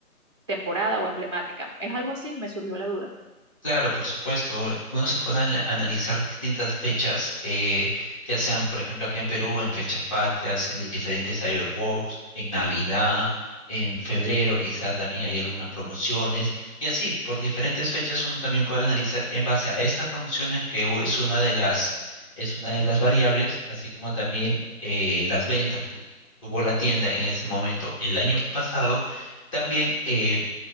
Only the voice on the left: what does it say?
Claro, por supuesto, Uno se pone a ana- analizar distintas fechas, eh, ya sean, por ejemplo, aquí en Perú, en fechas patrias, en diferentes Cyberwars, en Navidad, en febrero, quizá también hay algunas promociones. Y así, por diferentes fechas, uno también puede analizar en base a estas promociones, que u- es una de las, es una de las variables, así como también eh, las ventas que u- tuvo la tienda en ese momento el año pasado. También eh,